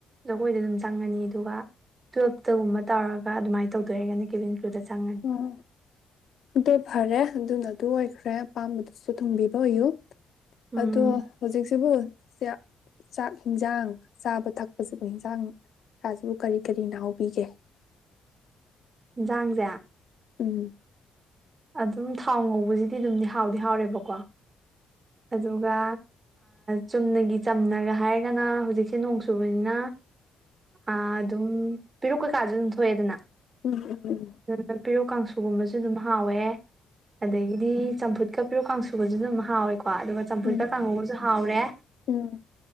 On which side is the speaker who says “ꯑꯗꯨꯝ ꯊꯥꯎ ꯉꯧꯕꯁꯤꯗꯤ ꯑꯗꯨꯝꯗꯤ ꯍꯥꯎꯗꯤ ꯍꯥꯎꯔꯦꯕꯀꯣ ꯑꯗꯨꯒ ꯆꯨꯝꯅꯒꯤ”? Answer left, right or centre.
Right